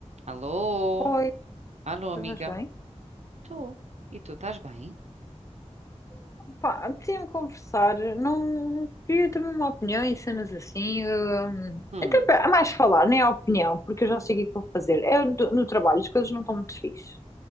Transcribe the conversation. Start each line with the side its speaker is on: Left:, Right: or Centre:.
Right: Alô?
Left: Oi,
Right: Alô,
Left: estás
Right: amiga?
Left: bem?
Right: Tu? E tu, estás bem?
Left: Pá, apetecia-me conversar, não queria também uma opinião e cenas assim. hum,
Right: Hum.
Left: Então, pá, é mais falar, nem a opinião, porque eu já sei o que é que vou fazer. É do- no trabalho, as coisas não estão muito fixe.